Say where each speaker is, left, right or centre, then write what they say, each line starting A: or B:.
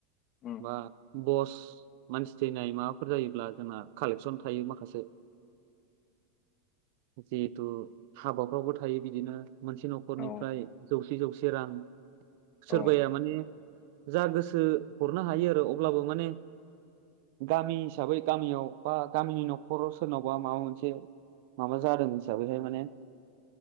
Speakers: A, on the left; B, on the right.
A: उम
B: बा बस मानसि थैनाय माबाफोर जायोब्ला जोंना कालेकसन थायो माखासे जिहेतु हाबा फ्रावबो थायो बिदिनो मोनसे न'खरनिफ्राय
A: औ
B: जौसे जौसे रां
A: औ
B: सोरबाया माने जा गोसो हरनो हायो आरो अब्लाबो माने गामि हिसाबै गामियाव बा गामिनि न'खराव सोरनावबा माबा मोनसे माबा जादों हिसाबैहाय माने